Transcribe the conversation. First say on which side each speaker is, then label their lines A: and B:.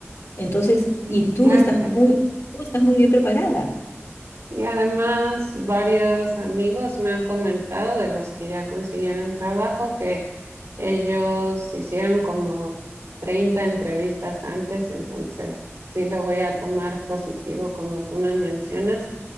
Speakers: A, on the left; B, on the right.
A: entonces,
B: Sí,
A: y tú
B: claro
A: estás
B: que sí.
A: muy, tú estás muy bien preparada.
B: Y además, varios amigos me han comentado de los que ya consiguieron trabajo que ellos hicieron como 30 entrevistas antes, entonces sí lo voy a tomar positivo como tú me mencionas